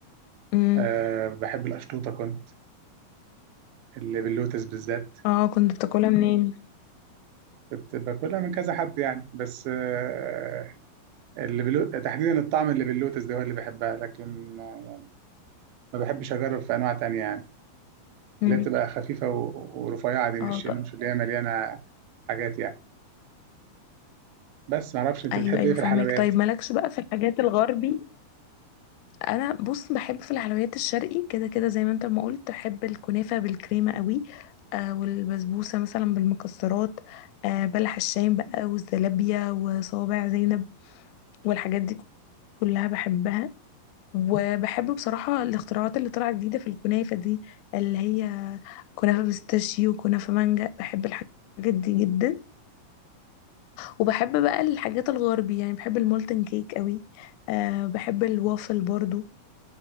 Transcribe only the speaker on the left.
امم
اه كنت بتاكلها منين
امم
اه
طب
ايوه
ايوه
فاهمك
طيب مالكش بقى في الحاجات الغربي انا بص بحب في الحلويات الشرقي كده كده زي ما انت ما قلت بحب الكنافة بالكريمة قوي آه والبسبوسة مثلا بالمكسرات آه بلح الشام بقى والزلابية وصوابع زينب والحاجات دي كلها بحبها وبحب بصراحة الاختراعات اللي طالعة جديدة في الكنافة دي اللي هي كنافة بيستاشيو وكنافة مانجا بحب الحاجات دي جدا وبحب بقى الحاجات الغربي يعني بحب المولتن كيك قوي أه بحب الوافل برضو